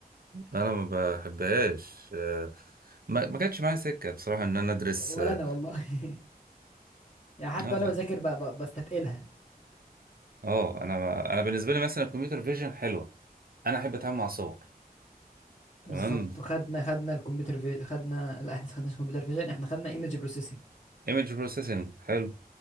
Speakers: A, on the right (about 65°); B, on the left (about 40°).
A: انا ما بحبهاش آه، ما ما جاتش معايا سكه بصراحه ان انا ادرس
B: ولا
A: اه
B: انا والله <laughs> يعني حتى
A: آه،
B: وانا
A: ف-
B: بذاكر ب- ب- بستتقلها
A: آه، انا ما... انا بالنسبه لي مثلا الكمبيوتر فيجن حلوه انا احب اتعامل مع صور تمام
B: بالظبط وخدنا خدنا الكمبيوتر في خدنا لا احنا ما خدناش كمبيوتر فيجن احنا خدنا ايمج بروسيسنج
A: ايمج بروسيسنج حلو